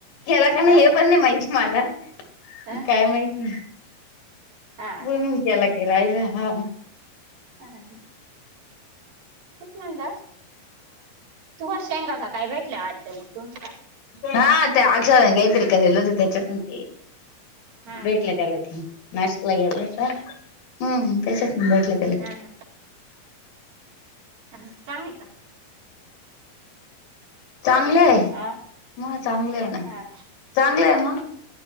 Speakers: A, on the left; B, on the right.
A: केला का नाही
B: काय
A: हे
B: बरं
A: पण नाही माहिती मला
B: अ
A: काय माहित नाही?
B: हा
A: भुईमूग
B: का
A: केला की राहिला. हा.
B: हा ह. तेच म्हणलं. तुम्हाला शेंगा का काय भेटल्या वाटत मग तुमच्या
A: हा ते अक्षदा ने कायतरी करेल होत. त्याच्यातून ते
B: हा
A: भेटले त्याला. नाशिकला गेला होता? हम्म त्यासाठीच भेटला.
B: हा ह ह चांगली का?
A: चांगलं आहे.
B: हा
A: म चांगलं आहे ना.
B: हा
A: चांगलं आहे मग